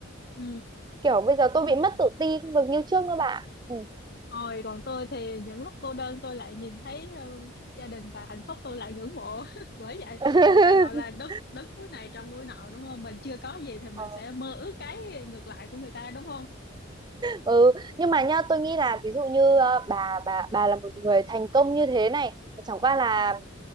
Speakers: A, on the left; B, on the right.
A: ừ
B: kiểu bây giờ tôi
A: ừ.
B: bị mất tự ti không được như trước nữa bạn ừ.
A: Ôi, còn tôi thì những lúc cô đơn tôi lại nhìn thấy ờ, gia đình và hạnh phúc tôi lại ngưỡng mộ. <laughs> Bởi vậy
B: <laughs>
A: người ta gọi là đất đứng núi này trong núi nọ đúng không? Mình chưa có gì thì mình
B: Ờ.
A: sẽ mơ ước cái ngược lại của người ta đúng không?
B: ừ nhưng mà nhá tôi nghĩ là ví dụ như ờ, bà bà bà là một người thành công như thế này chẳng qua là
A: Ừ.